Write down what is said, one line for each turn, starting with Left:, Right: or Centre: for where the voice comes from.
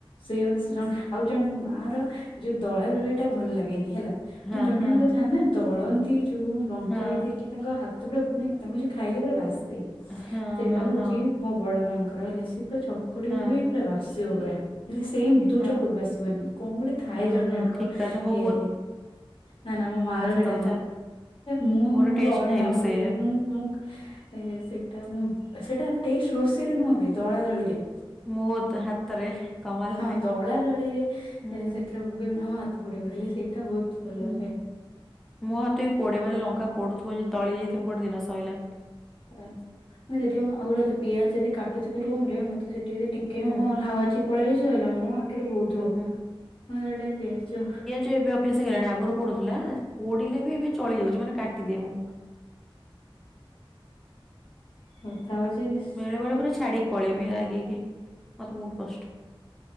Left: ସେୟା ବା ସେ ଜଣ ଆଉ ଜଣେ, ମୋ ମା ର ଯୋଉ ଦଳାଦଳିଟା, ଭଲ ଲାଗେନି ହେଲା। ମାନେ
Centre: ହଁ
Left: ଜଣ
Centre: ହଁ
Left: ଜଣଙ୍କ ଥାଆନ୍ତି ନା, ଦଳନ୍ତି ଯୋଉ ଲଙ୍କା
Centre: ହଁ
Left: ଇଏ ଦେଇକି ତାଙ୍କ ହାତ ପୁରା ମାନେ ତାଙ୍କୁ ଯେ ଖାଇଲେ ପୁରା ବାସେ।
Centre: ହଁ
Left: ସେଇଟା
Centre: ହଁ
Left: ହଉଛି
Centre: ହଁ
Left: ମୋ ବଡ ମାନଙ୍କର ହେଲା, ସେ ପୁରା ଚକୁଡି
Centre: ହଁ
Left: ବେ ପୁରା ବାସିବ ପୁରା ହେଲା ସେମ୍। ତୁ
Centre: ହଁ
Left: ଚକୁଡୁ ବାସିବନି! କଣ ଗୋଟେ ଥାଏ
Centre: ହଁ
Left: ଜଣେ
Centre: ହଁ
Left: ଜଣଙ୍କ
Centre: ଠିକ କଥା ମୋ
Left: ଇଏ ରେ? ନା, ନା, ମୋ ମା ର ହେଡ୍
Centre: ତ କଥା।
Left: ମୁଁ,
Centre: ମୋର
Left: ମୁଁ,
Centre: ଟେଷ୍ଟ
Left: ଦଳେ
Centre: ନାହିଁ
Left: ନା।
Centre: ରୋଷେଇରେ
Left: ମୁଁ କେବେ, ମୁଁ ମୁଁ ସେଟା ମୁଁ, ସେଟା ଟେଷ୍ଟ ରୋଷେଇର ନୁହଁବେ, ଦଳା ଦଳିରେ।
Centre: ମୋତ୍ ହାତରେ କମାଲ
Left: ହଁ,
Centre: ନାହିଁ
Left: ଦଳା ଦଳିରେ
Centre: ହୁଁ
Left: ସେଥିରେ ମୁଁ କହିବିନା ମୋ ହାତ ପୋଡିବ। ହେଲେ ସେଇଟା ବହୁତ ଭଲ
Centre: ହୁଁ
Left: ହେ।
Centre: ମୋ ହାତ ବି ପୋଡେ। ମାନେ, ଲଙ୍କା ପୋଡୁଥିବ ଯଦି, ଦଳି ଦେଇଥିବି ଗୋଟେ ଦିନ, ସଇଲା।
Left: ଆ, ମାନେ ଯେତିକି ମୁଁ ଆଉ ଗୋଟେ କଥା, ପିଆଜ ଯଦି କାଟୁଥିବି ରୁମ୍ ରେ, ମତେ ସେଠି ଯଦି ଟିକ୍ କେ
Centre: ହୁଁ
Left: ମୋର ହାୱାଛି ପଳେଇ ଯାଇଛି ସଇିଲା ମୋ ଆଖିରୁ ବହୁତୁ
Centre: ହୁଁ ହୁଁ
Left: ଆ ହେଡେ ପେଂଚ।
Centre: ଯେ ଏବେ ଅଭ୍ୟାସ ହେଲାଣି ଆଗରୁ ପୋଡୁଥିଲା ପୋଡିଲେ ବି ଏବେ ଚଳି ଯାଉଛି ମାନେ କାଟିଦିଏ ମୁଁ।
Left: <unintelligible>
Centre: ବେଳେ ବେଳେ ପୁରା ଛାଡିକି ପଳେଇବେ ରାଗେଇକି ମତେ ବହୁତ କଷ୍ଟ।